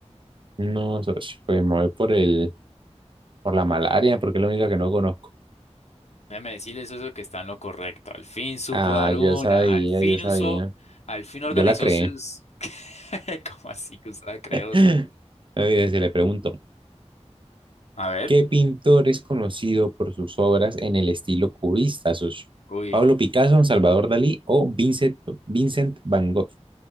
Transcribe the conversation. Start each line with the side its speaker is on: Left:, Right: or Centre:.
Right: No, socio, pues me voy por el, por la malaria, porque es la única que no conozco.
Left: Déjeme decirles eso que está en lo correcto. Al fin supo
Right: Ah,
Left: dar una.
Right: yo sabía,
Left: Al fin
Right: yo sabía.
Left: usó. Al fin organizó
Right: Yo la creé.
Left: sus. <laughs> ¿Cómo así que usted la creó?
Right: <laughs> no
Left: Sos?
Right: Mire, se le pregunto,
Left: A ver.
Right: ¿qué pintor es conocido por sus obras en el estilo cubista, socio?
Left: Uy.
Right: ¿Pablo Picasso, Salvador Dalí o Vincent, Vincent Van Gogh?